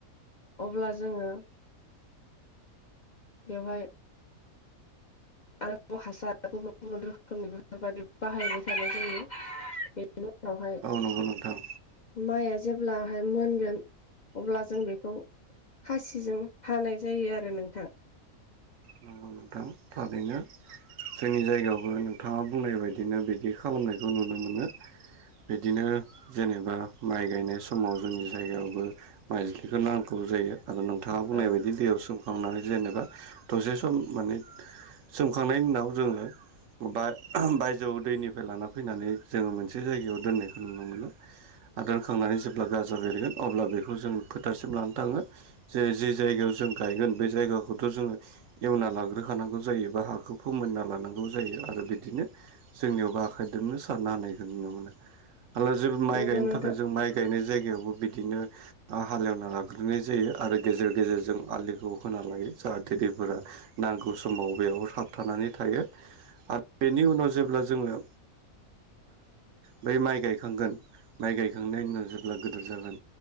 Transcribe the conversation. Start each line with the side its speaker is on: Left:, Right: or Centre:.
Left: अब्ला जोङो बेवहाय आरोबाव हासार गुबुन गुबुन रोखोमनि बेफोरबादि बाहायबाय थानाय जायो। बेनि उनावहाय
Right: औ नंगौ नोंथां।
Left: माइआ जेब्लाहाय मोनगोन अब्ला जों बेखौ खासिजों हानाय जायो आरो नोंथां।
Right: नंगौ नोंथां थारैनो। जोंनि जायगायावबो नोंथाङा बुंनाय बायदिनो बिदि खालामनायखौ नुनो मोनो। बिदिनो जेनेबा माइ गायनाय समाव जोंनि जायगायावबो माइज्लिखौ नांगौ जायो। आरो नोंथाङा बुंनाय
Left: औ
Right: बायदि दैयाव सोमखांनानै जेनेबा दसे सम माने सोमखांनायनि उनाव जोङो बा बायजोआव दैनिफ्राय लाना फैनानै जोङो मोनसे जायगायाव दोननायखौ नुनो मोनो। आ दोनखांनानै जेब्ला गाजा बेरगोन अब्ला बेखौ जों फोथारसिम लाना थाङो जे जे जायगायाव जों जों गायगोन बे जायगाखौथ' जोङो एवना लाग्रो खानांगौ जायो बा हाखौ फोमोनना लानांगौ जायो आरो बिदिनो जोंनियावबो आखाइदोंनो साननो हानाय नुनो मोनो आरो जेबो माइ
Left: नंगौ
Right: गायनो
Left: नोंथां
Right: थाखाय जों माइ गायनाय जाय जायगायावबो बिदिनो आ हालेवना लाग्रोनाय जायो आरो गेजेर गेजेरजों आलिखौ होना लायो। <unintelligible> गौ समाव बेयाव थाबथानानै थायो आरो बेनि उनाव जेब्ला जोङो बै माइ गायखांगोन माइ गायखांनायनि उनाव जेब्ला गोदोर जागोन